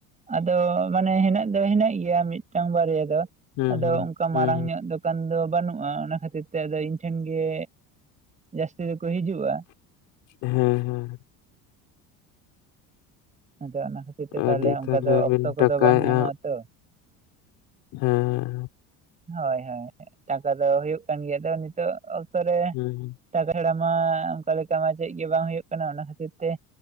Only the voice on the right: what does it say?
ᱟᱫᱚ ᱢᱟᱱᱮ ᱦᱮᱱᱟᱜ ᱫᱚ ᱦᱮᱱᱟᱜ ᱜᱮᱭᱟ ᱢᱤᱫᱴᱟᱝ ᱵᱟᱨᱭᱟ ᱫᱚ
ᱟᱫᱚ
ᱚᱝᱠᱟ ᱢᱟᱨᱟᱝ
ᱧᱚᱜ ᱫᱚ ᱫᱚᱠᱟᱱ ᱫᱚ ᱵᱟᱹᱱᱩᱜ-ᱟ ᱚᱱᱟ ᱠᱷᱟᱹᱛᱤᱨ ᱛᱮ ᱟᱫᱚ ᱤᱧ ᱴᱷᱮᱱ ᱜᱮ ᱡᱟᱹᱥᱛᱤ ᱫᱚᱠᱚ ᱦᱤᱡᱩᱜ-ᱟ
ᱟᱫᱚ ᱚᱱᱟ ᱠᱷᱟᱹᱛᱤᱨ ᱛᱮ
ᱛᱟᱦᱚᱞᱮ ᱚᱱᱠᱟ ᱫᱚ ᱚᱠᱛᱚ
ᱠᱚᱫᱚ
ᱵᱟᱝ ᱧᱟᱢᱚᱜ ᱟᱛᱚ
ᱦᱳᱭ ᱦᱳᱭ ᱴᱟᱠᱟ ᱫᱚ ᱦᱩᱭᱩᱜ ᱠᱟᱱ ᱜᱮᱭᱟ ᱛᱚ ᱱᱤᱛᱚᱜ ᱚᱠᱛᱚ ᱨᱮ
ᱴᱟᱠᱟ ᱪᱷᱟᱲᱟ ᱢᱟ ᱚᱱᱠᱟ ᱞᱮᱠᱟ ᱢᱟ ᱪᱮᱫ ᱜᱮ ᱵᱟᱝ ᱦᱩᱭᱩᱜ ᱠᱟᱱᱟ ᱚᱱᱟ ᱠᱷᱟᱹᱛᱤᱨ ᱛᱮ